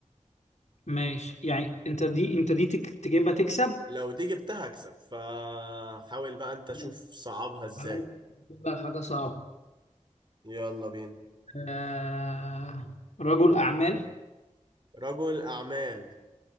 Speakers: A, on the left (about 65°); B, on the right (about 40°).
A: ماشي يعني أنت دي أنت دي تك- تجيبها تكسب
B: لو دي جبتها اكسب فحاول بقى انت شوف
A: ماشي.
B: صعبها ازاي
A: هجيب لك حاجة صعبة
B: يلا بينا
A: آه... رجل أعمال
B: رجل اعمال